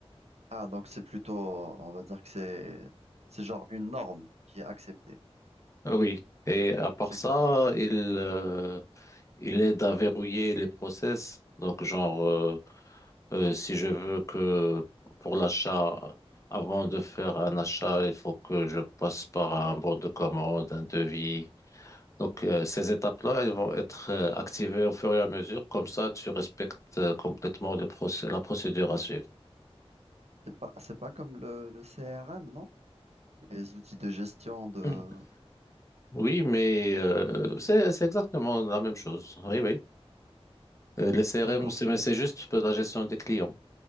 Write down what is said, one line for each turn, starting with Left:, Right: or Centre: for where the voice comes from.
Right: Ah, donc c'est plutôt, on va dire que c'est, c'est genre une norme qui est acceptée.
Left: Ah Oui. Et à part
Right: C'est
Left: ça,
Right: que-
Left: il, euh, il aide à verrouiller les process. Donc, genre, euh, euh, si je veux que pour l'achat, avant de faire un achat, il faut que je passe par un bon de commande, un devis. Donc, euh, ces étapes-là, elles vont être euh, activées au fur et à mesure. Comme ça, tu respectes euh, complètement le procé- la procédure à suivre.
Right: c'est pas, c'est pas comme le, le CRM, non? Les outils de gestion de...
Left: Mm. Oui, mais euh, c'est, c'est exactement la même chose. Oui, oui. Euh, les CRM,
Right: D'accord.
Left: c'est, mais c'est juste pour la gestion des clients.